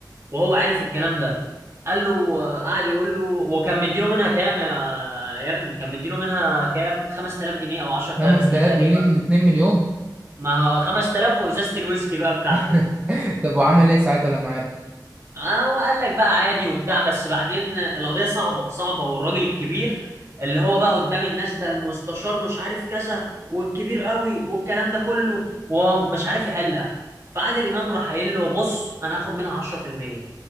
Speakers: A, on the right; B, on the right.
A: وهو عارف الكلام ده قال له قعد يقول له وكان مديله منها كام يا يا ابني كان مديله منها كام 5000 جنيه او 10000
B: 5000
A: جنيه تقريبا
B: جنيه من 2 مليون
A: ما هو 5000 وازازة الويسكي بقى بتاعته
B: <laughs> طب وعمل إيه ساعتها لما عرف؟
A: اه هو قال لك بقى عادي وبتاع بس بعدين القضية صعبة صعبة والراجل الكبير اللي هو بقى قدام الناس ده المستشار مش عارف كذا والكبير قوي والكلام ده كله وهو مش عارف يحلها فعادل إمام راح قايل له بص أنا هاخد منها 10%